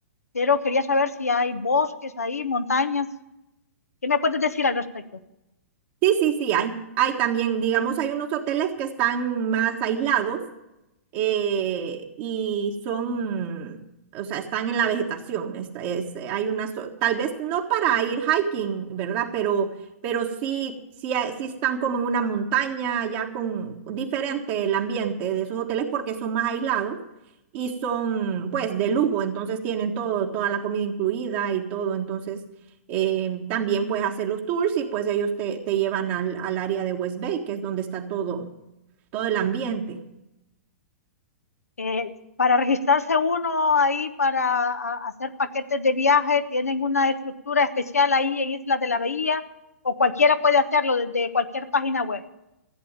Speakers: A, on the left; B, on the right.
A: pero quería saber si hay bosques ahí, montañas. ¿Qué me puedes decir al respecto?
B: Sí, sí, sí, hay. Hay también, digamos, hay unos hoteles que están más aislados eh, y son, o sea, están en la vegetación. Esta es, eh, hay una, zo- tal vez no para ir hiking, ¿verdad? Pero, pero sí, sí, hay- sí están como en una montaña, ya con diferente el ambiente de esos hoteles porque son más aislados y son, pues, de lujo, entonces tienen todo, toda la comida incluida y todo, entonces... eh, también puedes hacer los tours y pues ellos te, te llevan al, al área de West Bay, que es donde está todo, todo el ambiente.
A: Eh, para registrarse uno ahí, para a- hacer paquetes de viaje, ¿tienen una estructura especial ahí en Islas de la Bahía? ¿O cualquiera puede hacerlo desde cualquier página web?